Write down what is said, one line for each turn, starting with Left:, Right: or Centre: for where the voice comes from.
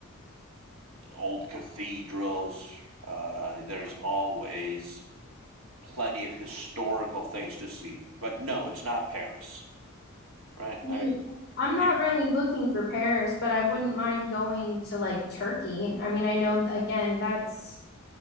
Right: old cathedrals. Uh, there's always plenty of historical things to see. But no, it's not Paris, right?
Left: Me,
Right: I mean,
Left: I'm not
Right: if
Left: really looking for Paris, but I wouldn't mind going to like Turkey. I mean, I know again, that's